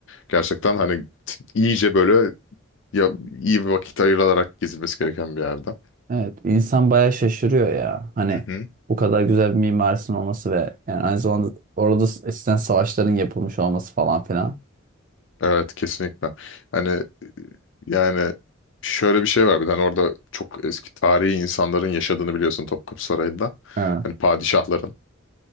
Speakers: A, on the left; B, on the right.
A: gerçekten hani t- iyice böyle ya iyi bir vakit ayırarak gezilmesi gereken bir yerde.
B: evet insan bayağı şaşırıyor ya. Hani
A: Hı hı.
B: bu kadar güzel bir mimarisinin olması ve yani aynı zamanda orada s- eskiden savaşların yapılmış olması falan filan.
A: Evet kesinlikle. Hani yani şöyle bir şey var bir tane orada çok eski tarihi insanların yaşadığını biliyorsun Topkapı Sarayı'nda.
B: Evet
A: Hani padişahların.